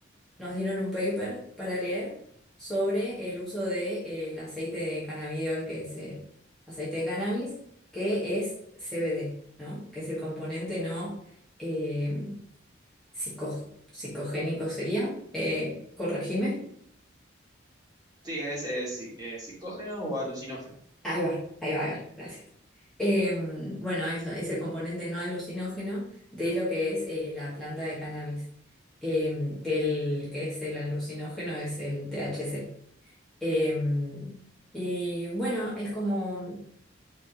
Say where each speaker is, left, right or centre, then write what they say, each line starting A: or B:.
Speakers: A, in the centre; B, on the right (about 20°).
A: Nos dieron un paper para leer sobre el uso de, eh, el aceite de cannabidiol, que es eh, aceite de cannabis, que es CBD, ¿no? Que es el componente no eh, psico- psicogénico sería. Eh, corregime.
B: Sí, es, es sí, eh, psicógeno o alucinógeno.
A: Ahí va, ahí va, ahí va, gracias. Em, bueno, eso es el componente no alucinógeno de lo que es eh, la planta de cannabis, Em, que el que es el alucinógeno es el THC. Em, y bueno, es como,